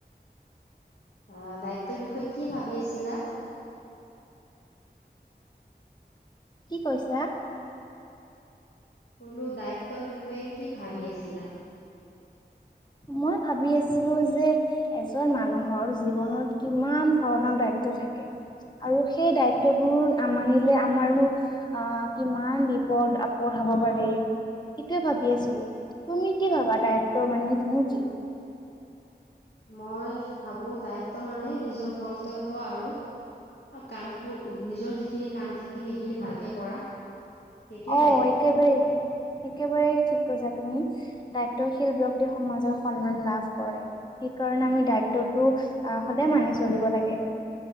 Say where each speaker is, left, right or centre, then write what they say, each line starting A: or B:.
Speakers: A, on the left; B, on the left.
A: আহ দায়িত্বৰ বিষয়ে কি ভাবি আছিলা।
B: কি কৈছা।
A: বোলো দ্বায়িত্বৰ বিষয়ে কি ভাবি আছিলা।
B: মই ভাবি আছিলো যে এজন মানুহৰ জীৱনত কিমান ধৰণৰ দায়িত। দায়িত্ব থাকে। আৰু সেই দায়িত্ববোৰ নামানিলে আমাৰনো অ' কিমান বিপদ আপদ হ'ব। হ'ব পাৰে সেইটোয়ে ভাবি আছিলো। তুমি কি ভাবা দায়িত্ব মানে তুমি কি।
A: মই ভাবো দায়িত্ব মানে নিজৰ কৰ্তব্য আৰু। কাম নিজৰ যিখিনি কাম থাকে সেইখিনি ভালকে কৰা। সেইটোয়ে
B: অ'
A: দায়িত্ব
B: একেবাৰে একেবাৰে ঠিকে। থিক কৈছা তুমি, দায়িত্বশীল ব্যক্তি সমাজৰ সন্মান লাভ কৰে, সেইকাৰণে আমি দায়িত্ব। আহ সদায় মানি চলিব লাগে।